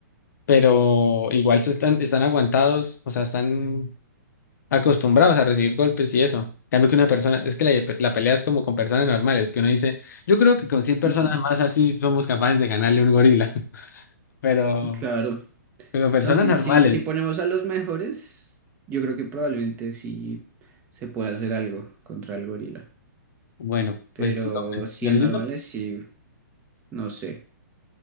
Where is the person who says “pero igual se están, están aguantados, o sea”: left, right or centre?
Left